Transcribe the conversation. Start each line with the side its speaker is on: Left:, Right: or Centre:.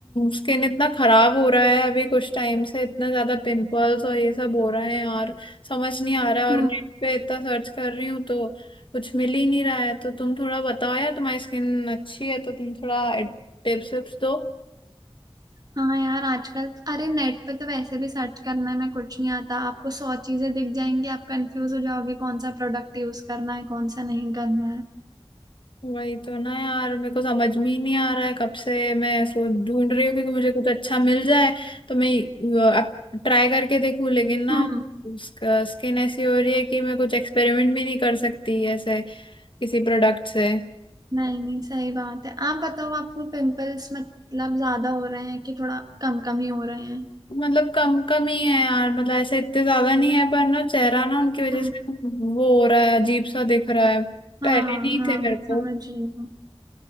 Left: स्किन इतना खराब हो रहा है अभी कुछ टाइम से इतना ज्यादा पिंपल्स और ये सब हो रहे हैं और समझ नहीं आ रहा है
Right: हम्म
Left: और नेट पे इतना सर्च कर रही हूँ तो कुछ मिल ही नहीं रहा है तो तुम थोड़ा बताओ यार तुम्हारी स्किन अच्छी है तो तुम थोड़ा टिप्स विप्स दो
Right: हाँ यार आजकल तो अरे नेट पे तो वैसे भी सर्च करने में कुछ नहीं आता आपको सौ चीजें दिख जाएंगी आप कंफ्यूज हो जाओगे कौन सा प्रोडक्ट यूज करना है कौन सा नहीं करना है
Left: वही तो ना यार मेरे को समझ में ही नहीं आ रहा है कब से मैं सोच ढूंढ रही हूँ कि मुझे कुछ अच्छा मिल जाए तो मैं अ, अब ट्राई करके देखूँ लेकिन ना
Right: हम्म
Left: उसका स्किन ऐसी हो रही है कि मैं कुछ एक्सपेरिमेंट भी नहीं कर सकती ऐसे किसी प्रोडक्ट से
Right: नहीं नहीं सही बात है आप बताओ आपको पिंपल्स मतलब ज्यादा हो रहे हैं कि थोड़ा कम कम ही हो रहे हैं
Left: मतलब कम कम ही है यार मतलब ऐसे इतने ज्यादा नहीं है पर ना चेहरा ना उनकी वजह
Right: हम्म,
Left: से वो हो रहा है अजीब सा दिख रहा है पहले
Right: हाँ
Left: नहीं
Right: हाँ
Left: थे
Right: मैं
Left: मेरे को
Right: समझ रही हूँ